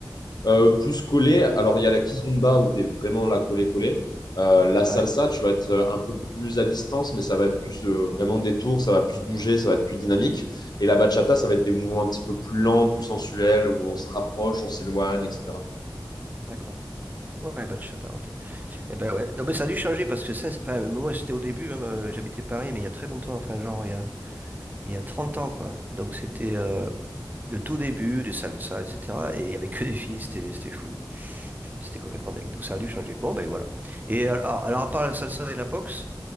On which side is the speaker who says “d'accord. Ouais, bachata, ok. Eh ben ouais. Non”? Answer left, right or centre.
Right